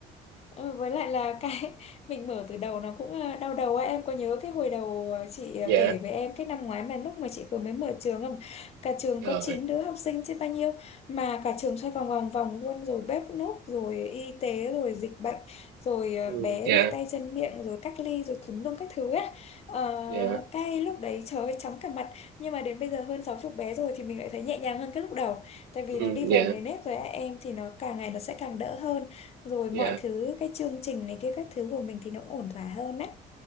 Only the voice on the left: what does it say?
Ờ, với lại là cái <laughs> mình mở từ đầu nó cũng ờ, đau đầu ấy em có nhớ cái hồi đầu ờ, chị ờ,
kể với em cái năm ngoái mà lúc mà chị vừa mới mở trường không cả trường
có 9 đứa học sinh chứ bao nhiêu mà cả trường xoay vòng vòng vòng luôn rồi bếp núc rồi y tế rồi dịch bệnh rồi ờ,
bé
bị tay chân miệng rồi cách ly rồi tùm lum các thứ á Ờ,
cái lúc đấy trời ơi chóng cả mặt nhưng mà đến bây giờ hơn sáu chục bé rồi thì mình lại thấy nhẹ nhàng hơn cái lúc đầu tại vì
nó đi vào
nề nếp rồi á, em thì nó càng ngày nó sẽ càng đỡ hơn rồi
mọi thứ cái chương trình này kia các thứ của mình thì nó cũng ổn thỏa hơn á